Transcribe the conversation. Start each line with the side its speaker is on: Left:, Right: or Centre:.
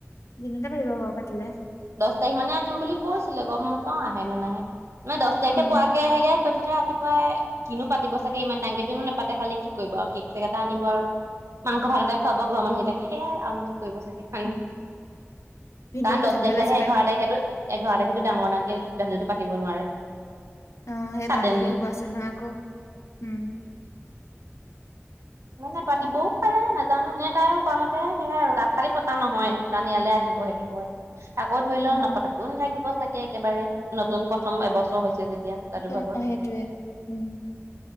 Left: দিনতে পাতিব বাৰু পাতিলে।
Right: তাৰিখ মানে আহিম বুলি কৈছিলে গম নাপাওঁ আহে নে নাহে মানে দহ তাৰিখে
Left: উম,
Right: পোৱাকে আহিলে পা ৰাতিপুৱাই কিনো পাতিব চাগে ইমান ডাঙৰকে নেপাতে খালে কি কৰিব আৰু কেক চেক এটা আনিব আৰু। মাংস ভাত এটা খুৱাব গৰ মানুহ এটাকে সেয়া আৰু। কৰিব চাগে হয় নে
Left: উম। ভিনদেউক
Right: কাৰণ
Left: পইচা
Right: দহ
Left: দিবলৈ
Right: তাৰিখে আহে
Left: আছে
Right: এঘাৰ
Left: পাই।
Right: তাৰিখেতো এঘাৰ তাৰিখ। ডাঙৰ-ডাঙকে ভেলুটো পাতিব নোৱাৰে।
Left: অহ, সেই
Right: চাডেনলি
Left: বাৰ দেখি হব আছে নহয় আকৌ। উম,
Right: মানে
Left: তাকে।
Right: পাতিবও পাৰে নাজানো, এনে তাই কোৱা মতে সেয়াই আৰু দাঁতশালী পতা নহয়। কাৰণ ইয়ালৈ আহিব সেইটো হয়, আকৌ ধৰি লও
Left: উম,
Right: নপতাকেও নাথাকিব চ একেবাৰে নতুন প্ৰথম এবছৰ হৈছে য এতিয়া
Left: প্ৰথম
Right: যাদুভাগৰ
Left: অ', সেইটোৱে। উম।